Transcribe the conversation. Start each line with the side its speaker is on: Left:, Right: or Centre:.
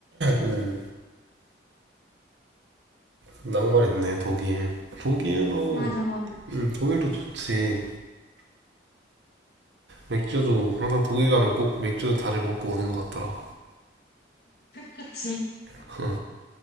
Right: 음, 낭만 있네, 독일. 독일도,
Left: 맞아, 맞아.
Right: 음, 독일도 좋지. 맥주도 항상 독일 가면 꼭 맥주 다들 먹고 오는 것 같더라.
Left: 그치?
Right: <laughs>